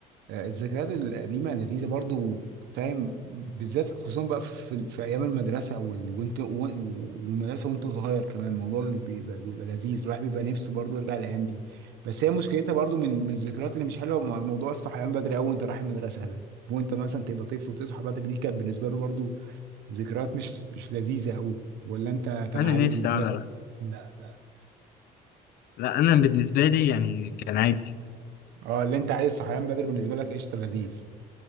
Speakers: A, on the right (about 85°); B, on the left (about 65°).
A: آه، الذكريات القديمه لذيذه برضو فاهم بالذات خصوصا بقى في, في ايام المدرسه وال... وانت و- والمدرسه وانت صغير كمان الموضوع بيبقى, بيبقى لذيذ الواحد بيبقى نفسه برضو يرجع الايام دي بس هي مشكلتها برضو من من الذكريات اللي مش حلوه مو- موضوع الصحيان بدري قوي وانت رايح المدرسه ده وانت مثلا تبقى طفل وتصحى بدري دي كانت بالنسبه له برضو ذكريات مش مش لذيذه قوي ولا انت كان
B: أنا
A: عادي
B: نفسي
A: بالنسبه
B: أعمل
A: لك؟
B: لا انا بالنسبه لي يعني كان عادي
A: اه اللي انت عايز صحيان بدري بالنسبه لك قشطه لذيذ